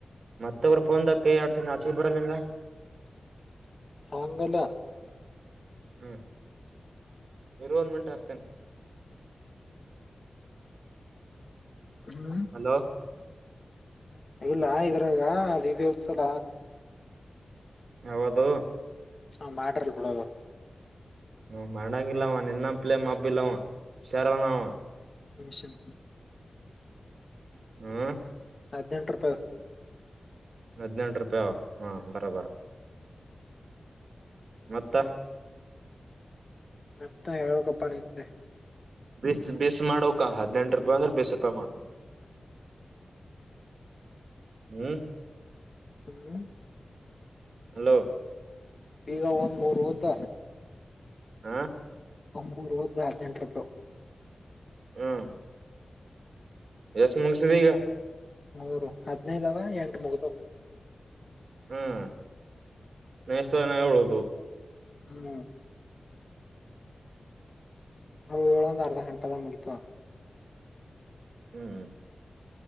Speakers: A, on the right; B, on the left.
A: ಮತ್ತೊಬ್್ರ ಫೋನ್ದಾಕ ಕೈ ಆಡ್ಸ ಆಾಚಿಗೆ ಬರಲ್ ನಿಂಗ
B: ಆಂಗಲ
A: ಹ್ಮ ಇರುವನ್ ಮಂಟ ಹತೇನೆ
B: ಹ್ಮ್
A: ಹಲೋ
B: ಇಲ್ಲ ಇದ್ರಾಗ ಅದು ದಸಲ
A: ಹೌದು
B: ಹ ಮಾಟಲ್ ಬಿಡೋದು
A: ಹ ಮಾಡಂಗಿಲ್ಲವ ನಿನ್ನ ಪ್ಲೇ್ ಹಬ್ಬಿಲ್ಲವ ಹುಷಾರನವ
B: ನಿಮಿಷನ್
A: ಹ್ಮ
B: ಹದಿನೆಂಟು ರೂಪಾಯಿ
A: ಹದಿನೆಂಟು ರೂಪಾಯ ಹಾ ಬರ ಬರ ಮತ್ತ
B: ಮತ್ತ ಯು ಕಬ್ಬ ನಿ್ದೆ
A: ಬಿಸ ಬಿಸ ಮಾಡೋಕ ಹದ್ಿನೆಂಟು ರೂಪಾಯಿ ಅಂದ್ರೆ ಬೀಿಸ ರೂಪಾಯಿ ಮಾಡು
B: ಹ್ಮ್ ಹ್ಮ್
A: ಹ್ಮ್
B: ಹ್ಮ್ <unintelligible>
A: ಹಲೋ
B: ಈಗ ಒಂದ್ ಮೂರ್ ಮೂತ್ತ
A: ಹ
B: ಮೂರುರುವತ್ತು ಹದಿನಂಟ ರೂಪಾಯ್
A: ಹ್ಮ್ ಎಷ್ಟ ತುಮ್ ಸಿದ ಈಗ
B: ಮೂೂರು ಹದ್ನೈದವ ಎಂಟು ಮುಗ್ದ
A: ಹ್ಮ್ ನೇಸನ ಉಳದು
B: ಹ್ಮ್ ನವು ಏಳೊ ಒಂದು ಅರ್ಧ ಗಂಟೆದ ಮುಗಿತವ
A: ಹ್ಮ್